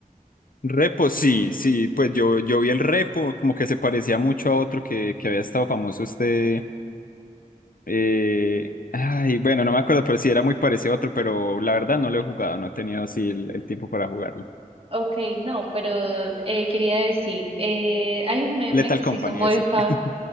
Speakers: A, on the left (about 70°); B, on the right (about 40°).
A: Repo, sí, sí, pues yo, yo vi el repo, como que se parecía mucho a otro que, que había estado famoso este, eh, ay, bueno, no me acuerdo, pero sí era muy parecido a otro, pero la verdad no lo he jugado, no he tenido así el el tiempo para jugarlo.
B: Ok, no, pero eh, quería decir, eh, hay un meme
A: Lethal
B: que
A: Company,
B: se hizo muy
A: eso.
B: famoso.
A: <laughs>